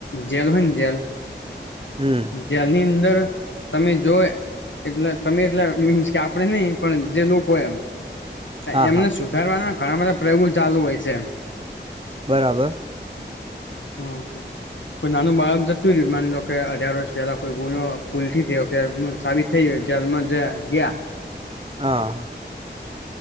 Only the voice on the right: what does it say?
હમ
હા
હા
બરાબર
હા-